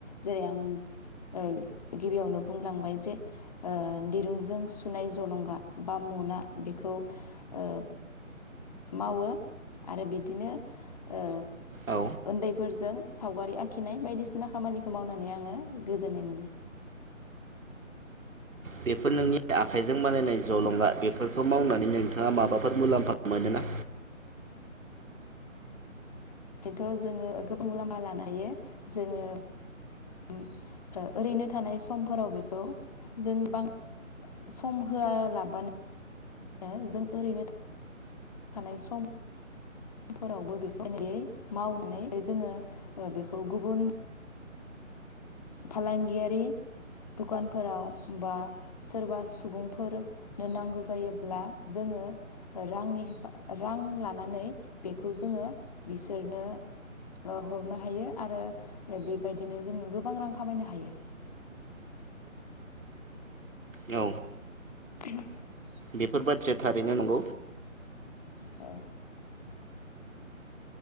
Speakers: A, on the left; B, on the right.
A: जेरै आं ओ गिबियावनो बुंलांबाय जे ओ दिरुंजों सुनाय जलंगा बा मना। बेखौ ओ मावो आरो बिदिनो ओ
B: औ
A: ओन्दैफोरजों सावगारि आखिनाय बायदिसिना खामानिखौ मावनानै आङो गोजोननाय मोनो।
B: बेफोर नोंनि आखाइजों बानायनाय जलंगा बेफोरखौ मावनानै नोंथाङा माबाफोर मुलाम्फा मोनोना?
A: एजोंथ जोङो गोबां मुलाम्फा लानो हायो जोङो उम ओ ओरैनो थानाय समफोराव बेखौ जों बां सम होआलाबानो जों ओरैनो थानाय सम फोरावबो बेखौ नै मावनानै जोङो बेखौ गुबुन फालांगियारि दुकानफोराव बा सोरबा सुबुंफोर नो नांगौ जायोब्ला जोङो रांनि हेफा रां लानानै बेखौ जोङो बिसोरनो ओ हरनो हायो आरो बेबायदिनो जोङो गोबां रां खामायनो हायो।
B: औ
A: <unintelligible>
B: बेफोर बाथ्राया थारैनो नंगौ।
A: औ